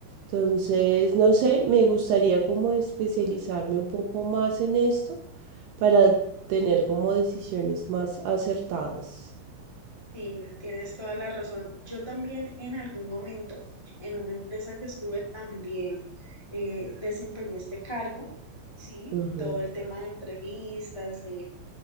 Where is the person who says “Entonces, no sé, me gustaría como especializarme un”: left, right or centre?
Right